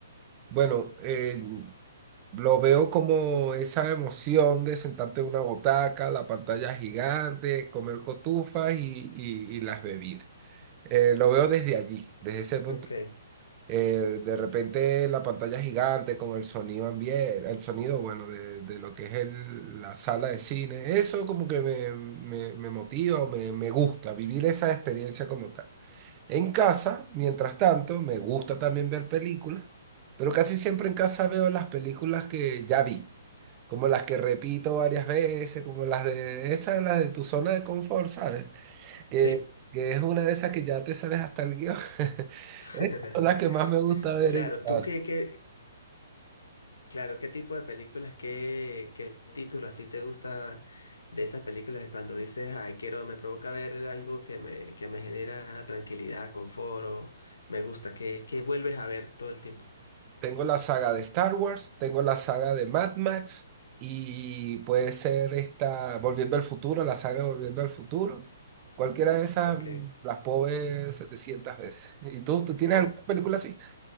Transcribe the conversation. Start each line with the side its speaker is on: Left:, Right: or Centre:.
Right: Bueno, eh, lo veo como esa emoción de sentarte en una botaca, la pantalla gigante, comer cotufas y, y- y las bebidas. Eh, lo veo desde allí, desde ese punto.
Left: Ok,
Right: Eh, de repente la pantalla gigante con el sonido ambiente, el sonido, bueno, de, de lo que es el- la sala de cine, eso como que me, me, me motiva o me, me gusta vivir esa experiencia como tal. En casa, mientras tanto, me gusta también ver películas, pero casi siempre en casa veo las películas que ya vi, como las que repito varias veces, como las de esas, las de tu zona de confort, ¿sabes? que,
Left: sí.
Right: que es una de esas que ya te sabes hasta el guión. <laughs>
Left: <laughs>
Right: Estas son las que más me gusta ver
Left: Claro,
Right: en casa.
Left: ¿tú qué, qué, Claro, ¿qué tipo de películas, qué, qué título así te gusta de esas películas que cuando dices, ay, quiero, me provoca ver algo que me, que me genera tranquilidad, confort, o me gusta, que, que vuelves a ver todo el tiempo?
Right: Tengo la saga de Star Wars, tengo la saga de Mad Max y puede ser esta Volviendo al Futuro, la saga Volviendo al Futuro. Cualquiera de esas
Left: Ok.
Right: mm, las puedo ver 700 veces. <laughs> ¿Y tú, tú tienes
Left: o
Right: alguna película así?